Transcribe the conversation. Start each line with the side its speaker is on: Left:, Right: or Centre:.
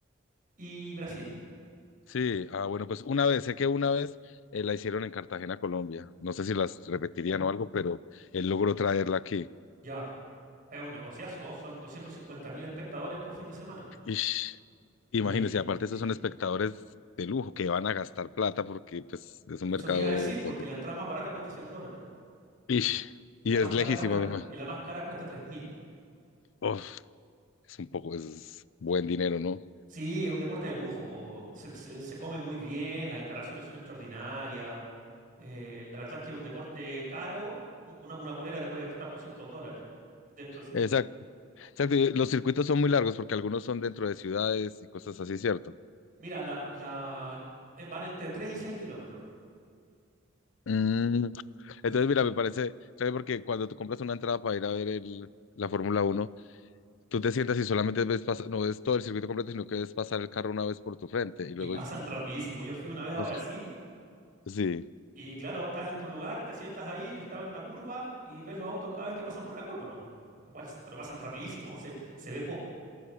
Right: y Brasil.
Left: Sí, ah, bueno, pues una vez, sé que una vez eh, la hicieron en Cartagena, Colombia. No sé si las repetirían o algo, pero él logró traerla aquí.
Right: Ya, es un negociazo, son 250 mil espectadores por fin de semana.
Left: Ish. Imagínense,
Right: Y,
Left: aparte esos
Right: y
Left: son espectadores de lujo que van a gastar plata porque pues es un
Right: eso
Left: mercado
Right: te iba a decir, porque
Left: potente.
Right: la entrada más barata cuesta 100 dólares
Left: Ish.
Right: y
Left: Y
Right: la más
Left: es
Right: cara
Left: lejísimo,
Right: cuesta,
Left: me imagino.
Right: y la más cara cuesta 3 mil.
Left: Uf, es un poco, es buen dinero, ¿no?
Right: Sí, es un deporte de lujo, se, se- se come muy bien, las instalaciones son extraordinarias. eh, la verdad es que es un deporte caro, u- una, una polera te puede costar 200 dólares dentro del circuito.
Left: Exacto, exacto. y Los circuitos son muy largos porque algunos son dentro de ciudades y cosas así, ¿cierto?
Right: Mira, la, la, eh, van entre 3 y 6 kilómetros
Left: Mm,
Right: los
Left: Entonces,
Right: circuitos
Left: mira, me parece, ¿sabes? Porque cuando tú compras una entrada para ir a ver el, la Fórmula Uno, tú te sientas y solamente ves pas- no ves todo el circuito completo, sino que ves pasar el carro una vez por tu frente y
Right: y
Left: luego
Right: pasan rapidísimo. Yo fui una vez a
Left: pasar.
Right: Brasil
Left: Sí.
Right: Y claro, estás en tu lugar, te sientas ahí, yo estaba en una curva y ves los autos cada vez que pasan por la curva nomás. po. Igual, se- pero pasan rapidísimo, se, se ve poco.